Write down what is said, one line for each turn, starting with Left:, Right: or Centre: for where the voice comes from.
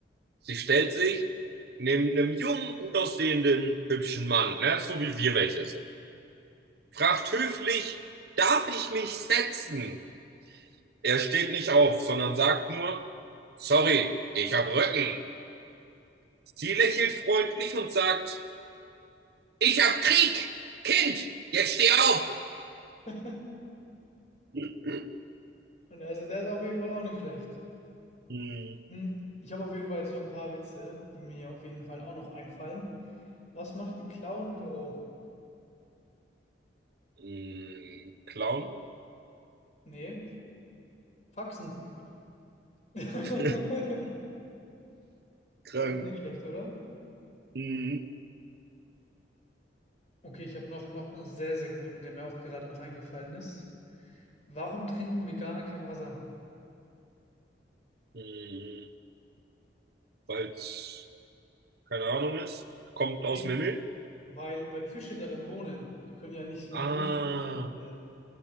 Right: Sie stellt sich neben einem jungen, gut aussehenden, hübschen Mann, ne? So wie wir welche sind. Fragt höflich, darf ich mich setzen? Er steht nicht auf, sondern sagt nur, sorry, ich hab Rücken. Sie lächelt freundlich und sagt, ich hab Krieg! Kind, jetzt steh auf!
Left: <laughs>
Right: <laughs>
Left: Und also der ist auf jeden Fall auch nicht schlecht.
Right: Hm,
Left: Hm, ich habe auf jeden Fall jetzt noch ein paar Witze, die mir auf jeden Fall auch noch einfallen. Was macht ein Clown im Büro?
Right: Hm, Clown?
Left: Nee, Faxen. <laughs> Der
Right: <laughs> krank.
Left: ist auch nicht schlecht, oder?
Right: Hm.
Left: Okay, ich habe noch, noch einen sehr, sehr guten, der mir auch gerade noch eingefallen ist. Warum trinken Veganer kein Wasser?
Right: Hm, weil's keine Ahnung ist. Kommt aus
Left: Nee,
Right: dem Himmel.
Left: Weil, weil Fische darin wohnen. Die können ja nicht den
Right: Ah,
Left: Wohnraum ja, äh,